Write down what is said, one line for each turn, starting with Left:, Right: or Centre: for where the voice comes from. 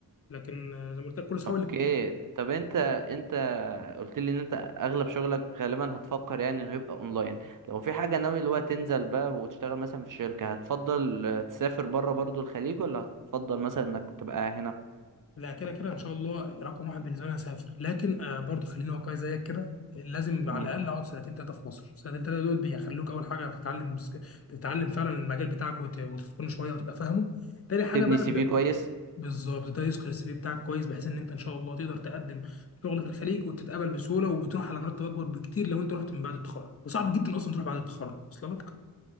Left: لكن آه، زي ما قلت
Right: <laughs>
Left: لك كل اصحابي
Right: اوكي
Left: اللي
Right: طب انت انت قلت لي ان انت اغلب شغلك غالبا هتفكر يعني انه يبقى اونلاين لو في حاجة ناوي اللي هو تنزل بقى وتشتغل مثلا في شركة هتفضل آه، تسافر بره برضو الخليج ولا هتفضل مثلا انك تبقى هنا
Left: لا كده كده ان شاء الله رقم واحد بالنسبه لي أنا هسافر لكن آه، برضه خليني واقعي زيك كده لازم
Right: مم.
Left: على الاقل اقعد سنتين ثلاثه في مصر سنتين ثلاثه دول بيخلوك اول حاجه بتتعلم تتعلم فعلا المجال بتاعك وت- وتتقنه شويه وتبقى فاهمه تاني حاجه
Right: تبني
Left: بقى
Right: سي في كويس
Left: بالظبط ده يسقي السي في بتاعك كويس بحيث ان انت ان شاء الله تقدر تقدم شغل في الخليج وتتقبل بسهوله وبتروح على مرتب اكبر بكتير لو انت رحت من بعد التخرج وصعب جدا اصلا تروح بعد التخرج اصلا لك